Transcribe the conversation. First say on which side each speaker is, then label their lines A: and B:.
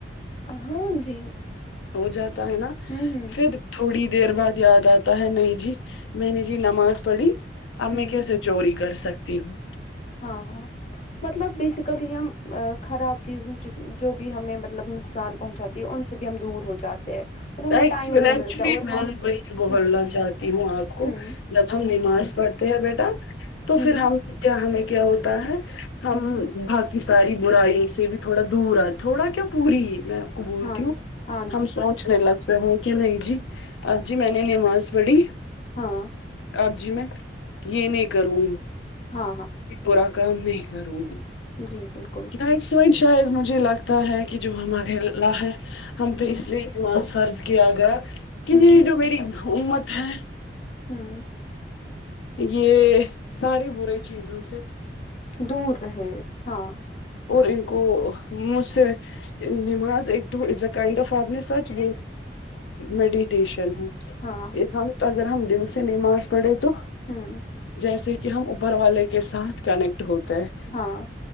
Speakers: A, on the left; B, on the left.
A: ہاں جی
B: ہو جاتا ہے نا
A: ہوں ہوں
B: پھر تھوڑی دیر بعد یاد آتا ہے نہیں جی میں نے جی نماز پڑھی اب
A: ہوں
B: میں کیسے چوری کر سکتی ہوں
A: ہاں ہاں مطلب بیسیکلی ہم خراب چیزوں سے جو بھی ہمیں مطلب نقصان پہنچاتے ان سے بھی ہم دور ہو جاتے ہیں ہمیں
B: ایکچ
A: ٹائم ہی نہیں
B: ایکچولی
A: ملتا اور
B: میں
A: ہم
B: وہی بولنا
A: ہوں
B: چاہتی ہوں آپ کو
A: ہوں
B: جب ہم نماز پڑھتے ہیں بیٹا تو
A: ہوں
B: پھر ہم کیا ہمیں کیا ہوتا ہے ہم
A: ہوں
B: باقی ساری برائی سے بھی تھوڑا دور ہے تھوڑا کیا پوری ہے میم بولتی
A: ہاں
B: ہوں
A: ہاں
B: ہم
A: جی
B: سوچ نے لگ جا ہے کہ نہیں جی اب جی میں نے نماز پڑھی
A: ہاں
B: آب جی میں یہ نہیں کروں
A: ہاں ہاں
B: برا کام نہیں کروں گی
A: جی بالکل
B: ش <unintelligible> اید مجھے لگتا ہے کہ جو ہمارے اللہ ہے ہم پہ
A: ہوں
B: اس لیے نماز فرض کیا گیا کہ
A: ہوں
B: یہ جو میری امت ہے
A: ہوں
B: یہ سارے برے چیزوں سے
A: دور رہے ہاں
B: اور ان کو مجھ سے نماز ایک د دو اٹز اے کائنڈ آف آپ سچی میڈیٹیشن ہوں
A: ہاں
B: یہ ہم اگر ہم دل سے نماز پڑھے تو
A: ہاں
B: جیسے کہ ہم اوپر والے کے ساتھ کنیکٹ ہوتے ہے
A: ہاں